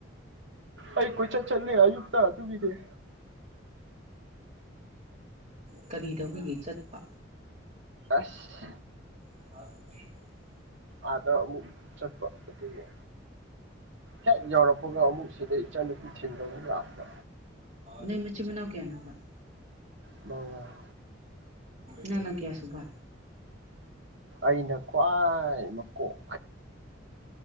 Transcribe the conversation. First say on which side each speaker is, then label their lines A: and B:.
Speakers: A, on the right; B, on the right.
A: ꯑꯩ ꯀꯣꯏꯆꯠ ꯆꯠꯂꯦ ꯑꯌꯨꯛꯇ ꯑꯗꯨꯒꯤꯅꯦ
B: ꯀꯔꯤ ꯇꯧꯕꯒꯤ ꯆꯠꯄ
A: ꯑꯁ
B: <unintelligible>
A: ꯑꯥꯗ ꯑꯃꯨꯛ ꯆꯠꯄ ꯑꯗꯨꯒꯤ ꯍꯦꯛ ꯌꯎꯔꯛꯄꯒ ꯑꯃꯨꯛ ꯁꯤꯗ ꯏꯆꯥꯅꯨꯄꯤ ꯊꯤꯟꯕꯒꯤ ꯂꯥꯛꯄ
B: ꯅꯣꯏ ꯃꯆꯤꯟ ꯃꯅꯥꯎ ꯀꯌꯥꯅꯣꯕ
A: ꯃꯉꯥ
B: ꯅꯪꯅ ꯀꯌꯥꯁꯨꯕ
A: ꯑꯩꯅ ꯈ꯭ꯋꯥꯏ ꯃꯀꯣꯛ